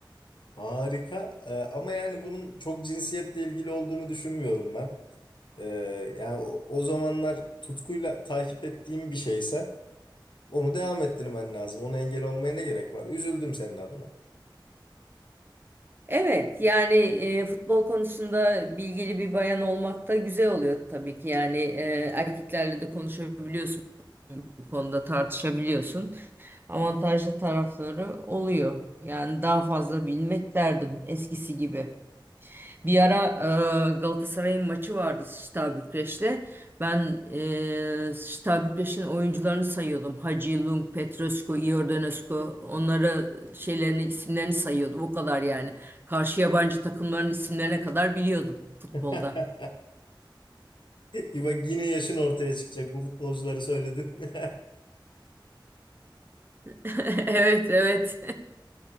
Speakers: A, on the left; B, on the right.
A: Harika. Ee, ama yani bunun çok cinsiyetle ilgili olduğunu düşünmüyorum ben. Ee, yani o, o zamanlar tutkuyla takip ettiğim bir şeyse onu devam ettirmen lazım. Ona engel olmaya ne gerek var? Üzüldüm senin adına.
B: Evet yani e, futbol konusunda bilgili bir bayan olmak da güzel oluyor tabii ki. Yani e, erkeklerle de konuşabiliyorsun bu konuda tartışabiliyorsun. Avantajlı tarafları oluyor. Yani daha fazla bilmek derdim eskisi gibi. Bir ara e, Galatasaray'ın maçı vardı Steaua Bükreş'te. Ben e, Steaua Bükreş'in oyuncularını sayıyordum. Hacı, Lung, Petrescu, Iordanescu. Onları şeylerini, isimlerini sayıyordum. O kadar yani. Karşı yabancı takımların isimlerine kadar biliyordum futbolda.
A: <laughs> Bak yine yaşın ortaya çıkacak. Bu futbolcuları söyledin. <laughs>
B: <laughs> Evet, evet.